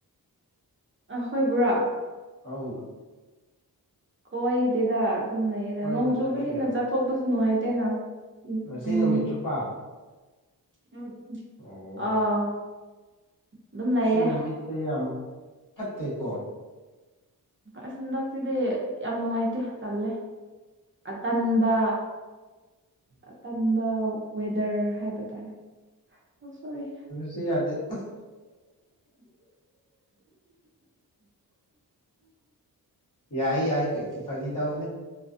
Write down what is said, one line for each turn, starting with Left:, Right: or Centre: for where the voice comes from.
Right: ꯑꯥꯍꯣꯏꯕꯨꯔꯥ
Left: ꯑꯥꯎ
Right: ꯀꯣꯏꯗꯦꯗ ꯑꯗꯨꯝ ꯂꯩꯌꯦꯗ
Left: ꯀꯣꯏꯕ
Right: ꯅꯣꯡ ꯆꯨꯕꯅꯤꯅ
Left: ꯆꯠꯇꯦ
Right: ꯆꯠꯊꯣꯛꯄꯁꯨ ꯅꯨꯡꯉꯥꯏꯇꯦꯅ
Left: ꯉꯁꯤ
Right: ꯎꯝ
Left: ꯅꯨꯃꯤꯠ ꯆꯨꯞꯄ
Right: ꯎꯝ
Left: ꯑꯣ
Right: ꯑꯥ ꯑꯗꯨꯝ ꯂꯩꯌꯦ
Left: ꯁꯤ ꯅꯨꯃꯤꯠꯁꯦ ꯌꯥꯝ ꯐꯠꯇꯦꯀꯣ
Right: ꯑꯁ ꯍꯟꯗꯛꯁꯤꯗꯤ ꯌꯥꯝ ꯅꯨꯡꯉꯥꯏꯇꯦ ꯇꯜꯂꯦ ꯑꯇꯟꯕ ꯑꯇꯟꯕ ꯋꯦꯗꯔ ꯍꯥꯏꯕ ꯇꯥꯔꯦ ꯁꯣꯔꯤ
Left: ꯁꯤ ꯌꯥꯗꯦ ꯌꯥꯏ ꯌꯥꯏ ꯐꯥꯒꯤ ꯇꯧꯕꯅꯦ